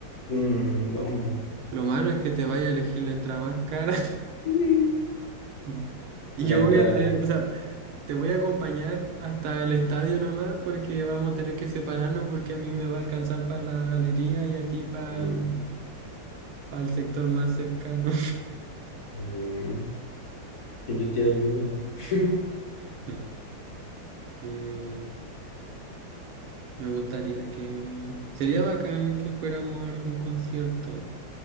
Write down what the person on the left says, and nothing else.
Mm, vamos.
Sí.
La
entrada.
Mm,
mm, yo te ayudo. <laughs>